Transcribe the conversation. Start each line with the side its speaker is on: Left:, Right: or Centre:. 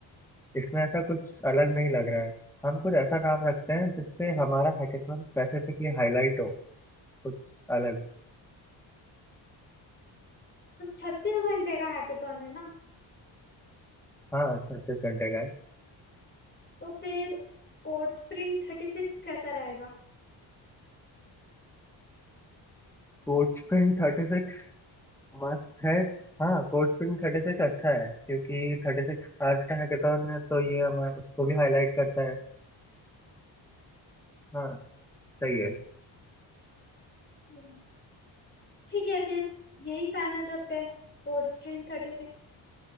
Centre: इसमें ऐसा कुछ अलग नहीं लग रहा है हम कुछ ऐसा नाम रखते हैं जिससे हमारा हैकेथॉन स्पेसिफिकली हाईलाइट हो कुछ अलग
Left: छत्तीस घंटे का हैकेथॉन है ना
Centre: हाँ छत्तीस घंटे का है
Left: तो फिर कोड स्प्रिंट थर्टी सिक्स कैसा रहेगा
Centre: कोड स्प्रिंट थर्टी सिक्स मस्त है हाँ कोड स्प्रिंट थर्टी सिक्स अच्छा है क्योंकि थर्टी सिक्स आज का हैकेथॉन है तो ये हमारे उसको भी हाईलाइट करता है हाँ सही है
Left: हम्म। ठीक है फिर यही फाइनल रखते हैं कोड स्प्रिंट थर्टी सिक्स